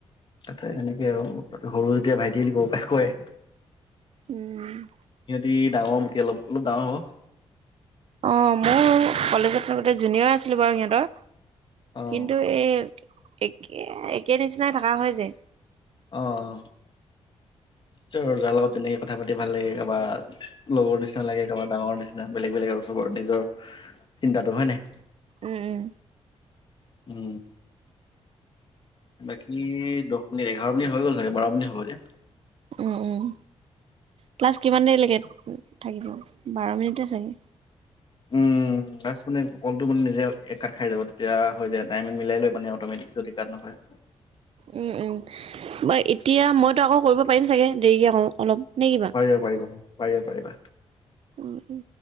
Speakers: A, on the left (about 45°); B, on the right (about 60°).
A: ত সেনেকে আৰু সৰু যেতিয়া ভাইটি বুলি কব পাৰে কয়
B: উম
A: সিহঁতি ডাঙৰ মোতকৈ অলপ অলপ ডাঙৰ হ'ব।
B: অ মোৰ কলেজত থাকোতে জুনিয়ৰ আছিলো বাৰু সিহঁতৰ
A: অ',
B: কিন্তু এই একে একে নিচিনাই থকা হয় যে।
A: আহ। জাৰ লগত যেনেকে কথা পাতি ভাল লাগে কাৰোবা লগৰ নিচিনা লাগে কাৰোবা ডাঙৰ নিচিনা বেলেগ বেলেগ আৰু সব। নিজৰ চিন্তাটো হয় নাই।
B: উম উম
A: উম বাকী দহ মিনিট এঘাৰ মিনিট হৈ গ'ল চাগে বাৰ মিনিট হ'ব এতিয়া।
B: উম উম ক্লাছ কিমান দেৰিলৈকে থাকিব বাৰ মিনিট চাগে।
A: উম বাছ মানে কলটো মানে নিজে কাত খাই যাব তেতিয়া হৈ যাই টাইমত মিলাই লৈ পানে অটমেটিক যদি কাত নাখায়
B: উম উম বা এতিয়া মইতো আকৌ কৰিব পাৰিম চাগে দেৰিকে আকৌ অলপ। নে কিবা?
A: পাৰিবা পাৰিবা পাৰিবা পাৰিবা।
B: উ উম